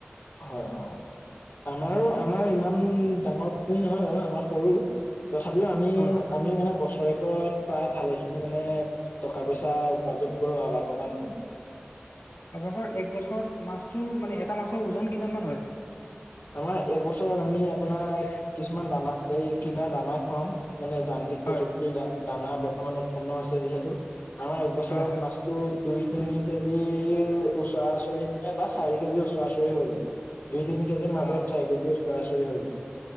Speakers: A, on the left; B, on the left.
A: হয় অ'। আমাৰো, আমাৰ ইমান ডাঙৰ পুখুৰী নহয় বাৰু, আমাৰ সৰু। তথাপিও আমি,
B: হয় হয়
A: আমিও মানে বছৰে ক'ত, প্ৰায় ভালে খিনি মানে টকা পইচা উপাৰ্জন কৰো আৰু লাভৱান হ
B: আপোনালোকৰ এক বছৰত মাছটোৰ মানে, এটা মাছৰ ওজন কিমান মান হয়।
A: আমাৰ এক বছৰত আমি আপোনাৰ কিছুমান দানা, এই কিনা দানা খুৱও। মানে যান্ত্ৰিক
B: হয়
A: প্ৰযুক্তিৰ দ, দানা বৰ্তমান উৎপন্ন হৈছে যিহেতু। আমাৰ একবছৰত
B: হয় হয়
A: মাছটো দুই তিনি কেজিৰ ওচৰা-ওচৰি মানে বা চাৰি কেজি ওচৰা-ওচৰি হৈ যায়, দুই তিনি কেজি মাজত
B: বাহ
A: চাৰি কেজি ওচ ওচৰা-ওচৰি হৈ যায়।